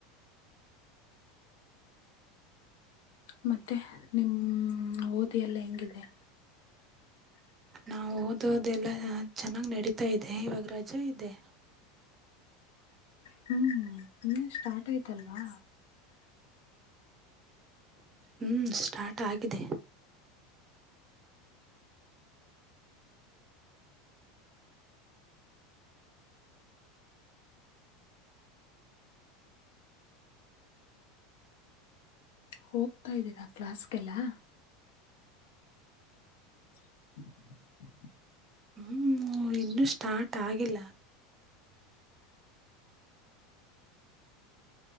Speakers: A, on the left (about 80°); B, on the right (about 20°).
A: ಮತ್ತೆ ನಿಮ್ಮ ಓದಿಯ ಎಲ್ಲ ಹೆಂಗಿದೆ
B: ನಾವು ಓದೋದೆಲ್ಲ ಚೆನ್ನಾಗ್ ನಡೀತಾ ಇದೆ ಇವಾಗ ರಜೆ ಇದೆ
A: ಹೂ ಇನ್ನೇ ಸ್ಟಾರ್ಟ್ ಆಯ್ತಲ್ವಾ
B: ಹೂ ಸ್ಟಾರ್ಟ್ ಆಗಿದೆ
A: ಹೋಗ್ತಾ ಇದ್ದೀರಾ ಕ್ಲಾಸ್ಗೆಲ್ಲ ಹೂ
B: ಹೂ ಇನ್ನೂ ಸ್ಟಾರ್ಟ್ ಆಗಿಲ್ಲ